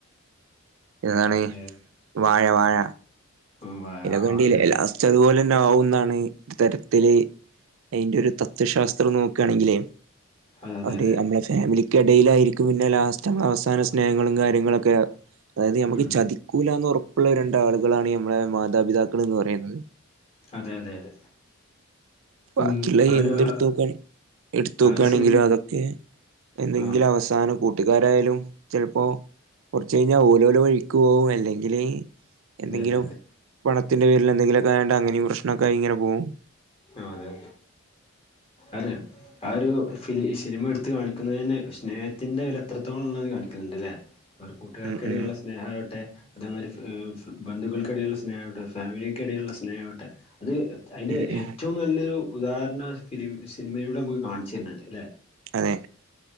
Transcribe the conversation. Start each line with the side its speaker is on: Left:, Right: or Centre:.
Right: എതാണ്
Left: ഉം
Right: വാഴ വാഴ
Left: ഉം ആ ആ,
Right: കണ്ടിലെ
Left: അതെ അതെ
Right: ലാസ്റ്റ് അതുപോലെന്നെ ആവുന്നാണ് ഒരു തരത്തില് അഴിൻ്റെ ഒരു ത തത്വ ശാസ്ത്രം നോക്കാണെങ്കിലെ
Left: അതെ
Right: ഒരു
Left: അതെ അതെ
Right: നമ്മളെ ഫാമിലിക്ക് എടയിലായിരിക്കും പിന്നെ ലാസ്റ്റ് നമ്മളെ അവസാന സ്നേഹങ്ങളും കാര്യങ്ങളൊക്കെ അതായത് നമുക്ക്
Left: ഉം
Right: ചതി ക്കൂലാന്ന് ഉറപ്പുള്ള രണ്ടാളുകളാണ് നമ്മളെ മാതാപിതാക്കൾ എന്ന് പറയുന്നത്
Left: അതെ അതെ അതെ
Right: ബാക്കിയുള്ള
Left: ഉം ആ ഒരു
Right: എന്തെടുത്ത്നോക്കണെ
Left: ആ
Right: എടുത്തോക്കാണെങ്കിലും
Left: ആ ഒരു സിനിമ
Right: അതൊക്കെ എന്നങ്കിലും
Left: ആ
Right: അവസാനം കൂട്ടുകാരായാലും ചെൽപ്പോ കൊർച്ച് കഴിഞ്ഞാ ഓലോലെ വഴിക്ക് പോകും അല്ലെങ്കില് എന്തെങ്കിലും
Left: അതെ അതെ അതെ
Right: പണത്തിന്റെ പേരിൽ എന്തെങ്കിലുമൊക്കെ ആയാണ്ട് അങ്ങനെയും പ്രശ്നൊക്കെ ആയി ഇങ്ങനെ പോകും
Left: ആഹ് അതെ അതെ ആ ഒരു ഫി സിനിമ എടുത്ത് കാണിക്കുന്നതെന്നെ സ്നേഹത്തിന്റെ വില എത്രത്തോളം ഉള്ളത് കാണിക്കുന്നുണ്ട് ലെ കൂട്ടുകാർക്കിടയില്ള്ള
Right: ഉം ഉം
Left: സ്നേഹായൊട്ടെ അതേമാതിരി ബന്ധുക്കൾക്കിടയിലുള്ള സ്നേഹാവട്ടെ ഫാമിലിക്കിടയിലുള്ള സ്നേഹാവട്ടെ അത് അതിന്റെ
Right: ഉം
Left: ഏറ്റവും
Right: ഉം
Left: നല്ലൊരു ഉദാഹരണ ഫി സിനിമയിലൂടെ നമുക്ക് കാണിച്ചു തരുന്നുണ്ട് ല്ലെ
Right: അതെ